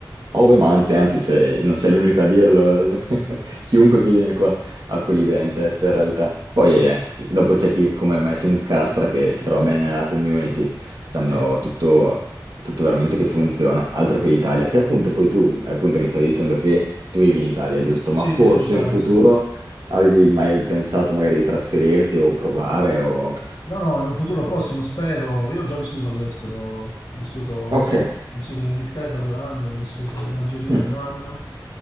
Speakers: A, on the right (about 60°); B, on the left (about 55°).
A: Oh, beh, ma anzi, anzi, sei- non sei l'unico a dirlo, <laughs> chiunque che viene qua ha quell'idea in testa in realtà. Poi
B: Mm.
A: eh, dopo c'è chi come me si incastra, che si trova bene nella community, sanno
B: Sì,
A: tutto, tutto veramente che funziona, altro che l'Italia. Che appunto poi tu, appunto mi stavi dicendo che tu vivi in Italia, giusto?
B: sì,
A: Ma forse
B: vivo in Italia,
A: in futuro
B: sì.
A: avevi mai pensato magari di trasferirti o provare o...
B: No, no, in un futuro prossimo spero. Io ho già vissuto all'estero, ho vissuto,
A: Ok,
B: sia- ho vissuto in Inghilterra due anni, ho vissuto in Algeria
A: Mm.
B: un anno.